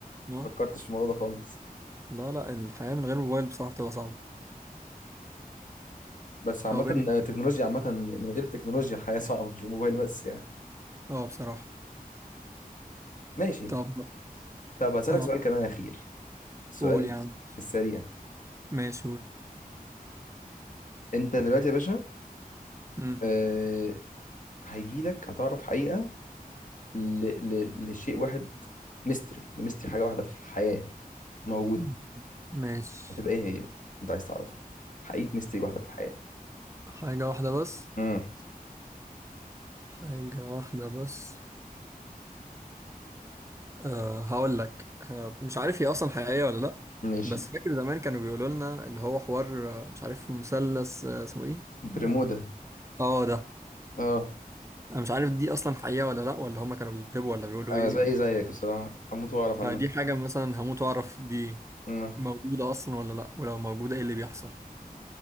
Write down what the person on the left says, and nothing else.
فكرتش في الموضوع ده خالص
بس عامة
التكنولوجيا عامة من غير التكنولوجيا الحياة صعبة مش الموبايل بس يعني
ماشي
طب هسألك
سؤال كمان أخير سؤال
في السريع
أنت دلوقتي يا باشا
آه هيجيلك هتعرف حقيقة ل... ل... لشيء واحد ميستري لميستري حاجة واحدة في الحياة موجودة
هتبقى إيه هي أنت عايز تعرفها حقيقة ميستري واحدة في الحياة
امم
ماشي
برمودا
اه
انا
زي زيك بصراحه هموت واعرف عنها
مم.